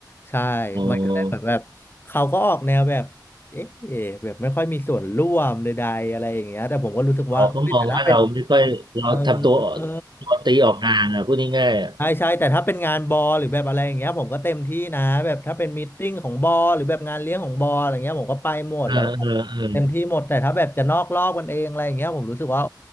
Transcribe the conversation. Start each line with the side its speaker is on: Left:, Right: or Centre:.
Left: ใช่
Right: โอ้
Left: มันก็เลยแบบแบบเขาก็ออกแนวแบบเอ๊ะแบบไม่ค่อยมีส่วนร่วมใดๆอะไรอย่างเงี้ยแต่ผมก็รู้สึกว่าเอ้ยแต่ถ้าเป็น
Right: เขาก็มองว่าเราไม่ค่อยเราทำตัว
Left: เออเออ
Right: ตัวตีออกห่างอ่ะพูดง่ายๆอ่ะ
Left: ใช่ใช่แต่ถ้าเป็นงานบอหรือแบบอะไรอย่างเงี้ยผมก็เต็มที่นะแบบถ้าเป็นมีตติ้งของบอหรือแบบงานเลี้ยงของบออะไรเงี้ยผมก็ไปหมดแล้วก็เต็มที่หมดแต่ถ้าแบบจะนอกรอบกันเองอะไรอย่างเงี้ยผมรู้สึกว่า
Right: เออเออเออ